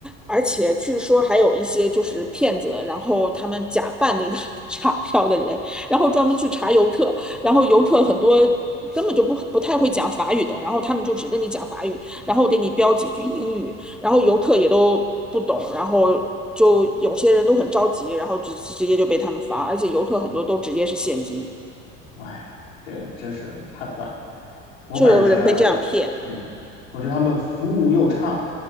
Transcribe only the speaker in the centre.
而且据说还有一些就是骗子，然后他们假扮那个 <laughs> 查票的人，然后专门去查游客，然后游客很多根本就不不太会讲法语的，然后他们就只跟你讲法语，然后给你标几句英语，然后游客也都不懂，然后就有些人都很着急，然后直直接就被他们罚，而且游客很多都直接是现金，
就有人被这样骗。